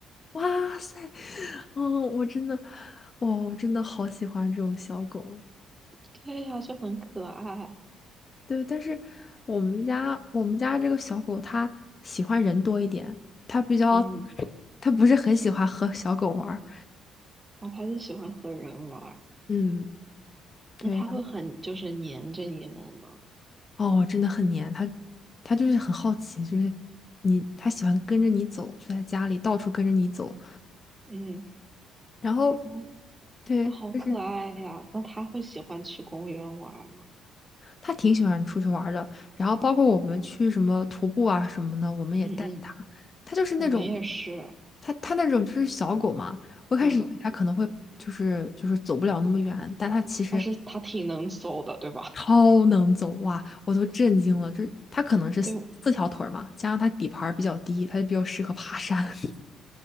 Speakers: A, on the left (about 40°); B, on the right (about 20°).
A: 哇塞，哦，我真的，哇，我真的好喜欢这种小狗。
B: 对呀，就很可爱。
A: 对，但是我们家我们家这个小狗它喜欢人多一点，它比较
B: 嗯，
A: <laughs> 它不是很喜欢和小狗玩儿
B: 然后它就喜欢和人玩儿
A: 嗯，对，
B: 那它会很就是黏着你们吗？
A: 然后哦，真的很黏它，它就是很好奇，就是你它喜欢跟着你走，就在家里到处跟着你走。
B: 嗯，
A: 然后
B: 哦，
A: 对，
B: 那好可爱呀！
A: 就是
B: 那它会喜欢去公园玩儿吗？
A: 他挺喜欢出去玩儿的，然后包括我们去什么徒步啊什么的，我们也带着他。
B: 嗯嗯，
A: 他就是那种，
B: 我们也是，
A: 他他那种就是小狗嘛，我一开始以为他可能会就是就是走不了那么远，
B: 嗯，
A: 但他其实
B: 但是它挺能走的，对吧？
A: 超能走哇，
B: <laughs>
A: 我都震惊了。就是他可能是四四条腿儿嘛，
B: 对，
A: 加上他底盘儿比较低，他就比较适合爬山。<laughs>